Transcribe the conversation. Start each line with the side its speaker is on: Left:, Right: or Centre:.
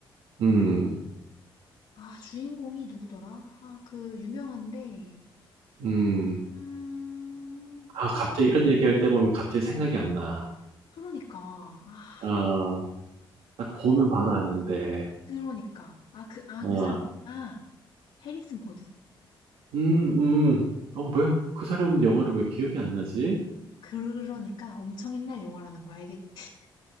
Right: 음,
Left: 아, 주인공이 누구더라? 아, 그 유명한데
Right: 음.
Left: 음,
Right: 아,
Left: 생
Right: 갑자기 이런 얘기할 때 보면 갑자기 생각이 안 나.
Left: 그러니까 아,
Right: 아, 어, 딱 보면 바로 아는데.
Left: 그러니까 아, 그, 아,
Right: 어,
Left: 그 사람 같다. 아, 해리슨 보드.
Right: 음, 음. 어, 왜, 그 사람 영화를 왜 기억이 안 나지?
Left: 그러니까 엄청 옛날 영화라는 거 알겠지? <laughs>